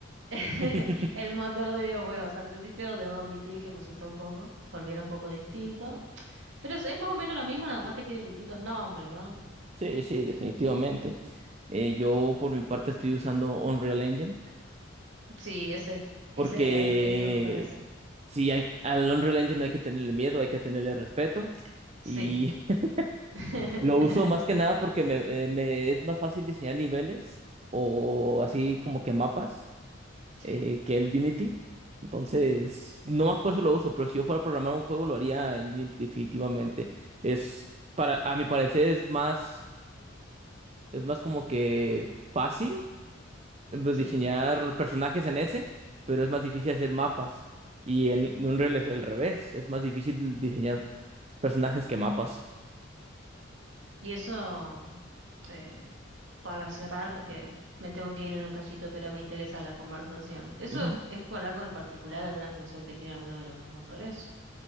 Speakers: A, on the right; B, on the right.
A: <laughs>
B: <laughs>
A: el motor de videojuegos. Al principio debo admitir que me asustó un poco, porque era un poco distinto, pero es, es más o menos lo mismo, nada más que tienen distintos nombres, ¿no?
B: Sí, sí, definitivamente. Eh, yo por mi parte estoy usando Unreal Engine
A: Sí, ese, ese,
B: porque
A: hay que tener ojo con ese.
B: sí, hay, al Unreal Engine no hay que tenerle miedo, hay que tenerle respeto.
A: Sí.
B: Y
A: <laughs>
B: <laughs> lo uso más que nada porque me, eh, me es más fácil diseñar niveles o así como que mapas
A: Sí,
B: eh, que el Unity. Entonces, no más por eso lo uso, pero si yo fuera a programar un juego lo haría en Unity definitivamente. Es para, a mi parecer es más, es más como que fácil eh,
A: sí.
B: diseñar personajes en ese, pero es más difícil hacer mapas. Y en, en Unreal es al revés, es más difícil diseñar Personajes que mapas.
A: Y eso, eh, para cerrar, porque me tengo que ir en un cachito, pero me interesa la conversación. ¿Eso
B: Ujú.
A: es por algo en particular, alguna función que tiene alguno de los dos motores?